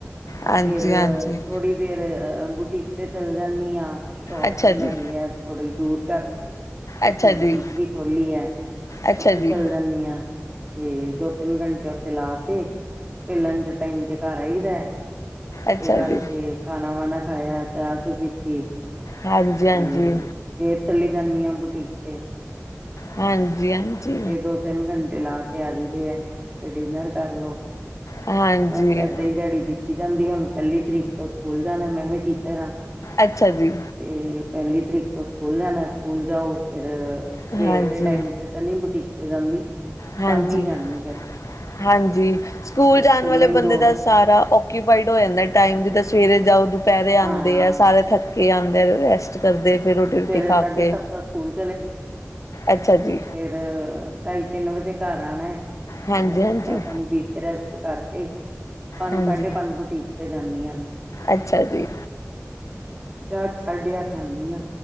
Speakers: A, on the left; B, on the right.
A: ਹਾਂਜੀ
B: ਫਿਰ,
A: ਹਾਂਜੀ,
B: ਥੋੜੀ ਦੇਰ ਅਹ ਬੁਟੀਕ ਤੇ ਚੱਲ ਜਾਂਦੀ ਹਾਂ। ਸ਼ੋਪ
A: ਅੱਛਾ
B: ਬਣਾਈ
A: ਜੀ।
B: ਹੈ। ਥੋੜ੍ਹੀ ਦੂਰ ਘਰ ਤੋਂ ਉੱਥੇ
A: ਅੱਛਾ
B: ਬੁਟੀਕ
A: ਜੀ,
B: ਵੀ ਖੋਲੀ ਹੈ।
A: ਅੱਛਾ
B: ਉੱਥੇ
A: ਜੀ,
B: ਚੱਲ ਜਾਂਦੀ ਹਾਂ। ਤੇ ਦੋ ਤਿੰਨ ਘੰਟੇ ਉੱਥੇ ਲਾ ਕੇ ਫਿਰ ਲੰਚ ਟਾਈਮ ਤੇ ਘਰ ਆਈਦਾ।
A: ਅੱਛਾ
B: ਫੇਰ
A: ਜੀ,
B: ਹਲਕੇ ਖਾਨਾ ਵਾਨਾ ਖਾਇਆ ਚਾਹ ਚੂ ਪੀਤਤੀ। ਤੇ,
A: ਹਾਂਜੀ ਹਾਂਜੀ।
B: ਫੇਰ ਚਲੀ ਜਾਂਦੀ ਹ ਬੁਟੀਕ ਤੇ।
A: ਹਾਂਜੀ-ਹਾਂਜੀ।
B: ਫ ਦੋ ਤਿੰਨ ਘੰਟੇ ਲਾ ਕੇ ਆ ਜਾਂਈਦੇ ਹੈ। ਫ ਡਿਨਰ ਕਰਲੋ
A: ਹਾਂਜੀ।
B: ਬਸ ਏਦਾਂ ਹੀ ਦਿਹਾੜੀ ਬੀਤੀ ਜਾਂਦੀ ਇਹ। ਉਹਨੂੰ ਪਹਿਲੀ ਤਰੀਕ ਤੋਂ ਸਕੂਲ ਜਾਣਾ। ਮੈਂ ਵੀ ਟੀਚਰ ਹਾਂ।
A: ਅੱਛਾ ਜੀ।
B: ਤੇ ਪਹਿਲੀ ਤਰੀਕ ਤੋਂ ਸਕੂਲ ਜਾਣਾ ਸਕੂਲ ਜਾਓ ਫਿਰ, ਸਵੇਰ
A: ਹਾਂਜੀ,
B: ਦੇ ਟਾਈਮ ਤੇ ਤਾਂ ਨਹੀਂ ਬੁਟੀਕ ਤੇ ਜਾਂਦੀ।
A: ਹਾਂਜੀ-ਹਾਂਜੀ
B: ਸ਼ਾਮੀ ਜਾਂਦੀ ਫਿਰ
A: ਸਕੂਲ
B: ਤੇ
A: ਜਾਣ
B: ਸਕੂਲੋਂ
A: ਵਾਲੇ
B: ਹੀ
A: ਬੰਦੇ
B: ਦੋ
A: ਦਾ ਸਾਰਾ ਆਕੀਪਾਈਡ ਹੋ ਜਾਂਦਾ ਟਾਈਮ ਜਿਦ੍ਹਾ ਸਵੇਰੇ ਜਾਓ ਦੁਪਹਿਰੇ ਆਉਂਦੇ
B: ਹਾਂ
A: ਆ ਸਾਰੇ ਥੱਕੇ ਆਉਂਦੇ ਆ ਰੈਸਟ ਕਰਦੇ ਫਿਰ ਰੋਟੀ-ਰੋਟੀ
B: ਸਵੇਰੇ
A: ਖਾ
B: ਸਾਢੇ
A: ਕੇ,
B: ਸੱਤ ਤਾਂ ਸਕੂਲ
A: ਅੱਛਾ ਜੀ।
B: ਫ ਢਾਈ ਤਿੰਨ ਵਜੇ ਘਰ ਆਣਾ ਹੈ।
A: ਹਾਂਜੀ
B: ਫ
A: ਹਾਂਜੀ,
B: ਚਾਹ ਪਾਣੀ ਪੀ ਕੇ ਰੈਸਟ ਕਰਕੇ ਏ ਪੰਜ
A: ਹਾਂਜੀ।
B: ਸਾਢੇ ਪੰਜ ਬੁਟੀਕ ਤੇ ਜਾਂਨੀ ਆ।
A: ਅੱਛਾ ਜੀ।
B: ਅੱਠ ਸਾਢੇ ਅੱਠ ਆਂਦੀ ਆ